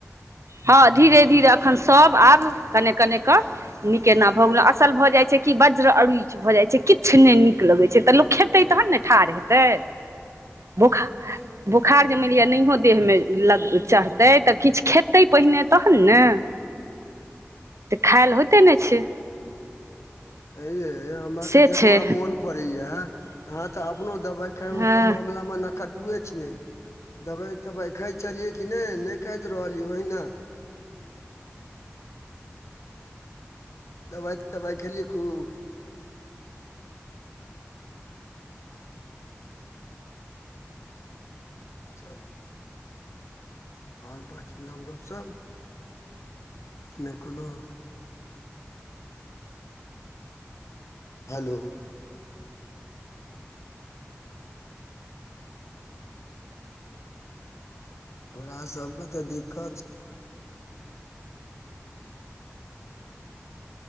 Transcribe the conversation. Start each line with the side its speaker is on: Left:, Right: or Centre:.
Right: हँ धीरे धीरे एखन सभ आब कने कनेक नीक एना भऽ गेलहु असल भऽ जाइत छै कि वज्र अरुच भऽ जाइत छै किछ नय नीक लगैत छै तऽ लोक खेत खेतै तहन ने ठाढ़ हेतै बोखार बोखार जे मानि लिअ नहियों देहमे लग चढ़तै तऽ किछ खेतै खेतै पहिने तहन ने खायल होइते नय छै
Left: आंय ये हमरा
Right: से
Left: ते जतबा
Right: छै
Left: मोन पड़े ये अहाँ तऽ अपनो दवाइ खेर
Right: हँ
Left: ओकर मामला मे नखर तुऐ छियनि दवाइ तवाइ खाइत छलियै कि नय नय काइत रहलियै ओहिना दबाइ तबाइ खेलियै खूब <inaudible> चल आर बाँकी नव गपशप नय कोनो हेलो तोरा सब के तऽ दिक्कत